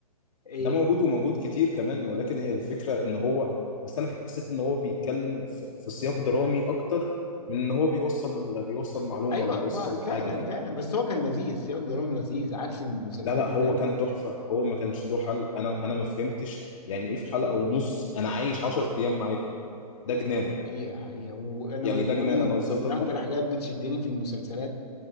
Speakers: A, on the left (about 75°); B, on the left (about 55°).
A: إيه
B: ده
A: إيه.
B: موجود وموجود كتير كمان ولكن هي الفكرة ان هو بس انا حسيت ان هو بيتكلم في, في سياق درامي اكتر من ان هو بيوصل بيوصل معلومة
A: ايوه
B: بيوصل
A: ما- فعلا
B: حاجة فاهم
A: فعلا بس هو كان لذيذ سياق درامي لذيذ عكس المسلسلات
B: لا لا
A: التانيه
B: هو كان تحفة هو ما كانش له حل انا انا ما فهمتش يعني ايه في حلقة ونص انا عايش 10 ايام معاكم ده
A: آه،
B: جنان
A: ده حقيقة حقيقة وأنا
B: يعني
A: ب-
B: ده
A: كمان
B: جنان انا وصلت
A: من
B: لمرحلة
A: أكتر حاجات بتشدني في المسلسلات